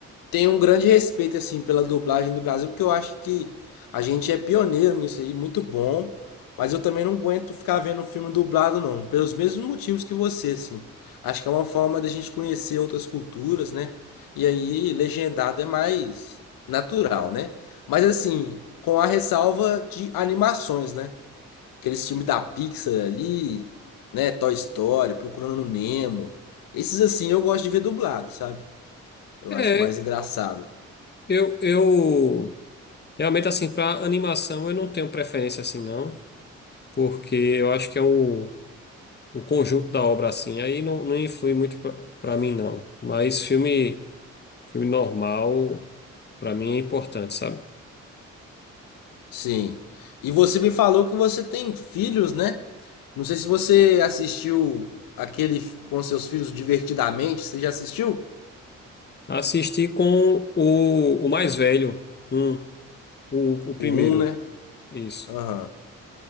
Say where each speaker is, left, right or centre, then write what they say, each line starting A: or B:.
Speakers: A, on the left; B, on the left.
A: tenho um grande respeito assim pela dublagem no Brasil, porque eu acho que a gente é pioneiro nisso aí, muito bom, mas eu também não aguento ficar vendo um filme dublado não, pelos mesmos motivos que você, assim. Acho que é uma forma da gente conhecer outras culturas, né? E aí legendado é mais natural, né? Mas assim, com a ressalva de animações, né? Aqueles filmes da Pixar ali, né? Toy Story, Procurando Nemo. Esses assim eu gosto de ver dublado, sabe? Eu
B: É,
A: acho mais engraçado.
B: eu, eu realmente assim, para animação eu não tenho preferência assim, não, porque eu acho que é o, o conjunto da obra assim, aí não, não influi muito para mim, não. Mas filme, filme normal, para mim é importante, sabe?
A: Sim. E você me falou que você tem filhos, né? Não sei se você assistiu aquele f- com seus filhos Divertidamente. Você já assistiu?
B: Assisti com o, o mais velho, um, o, o primeiro,
A: O um, né?
B: isso.
A: Aham.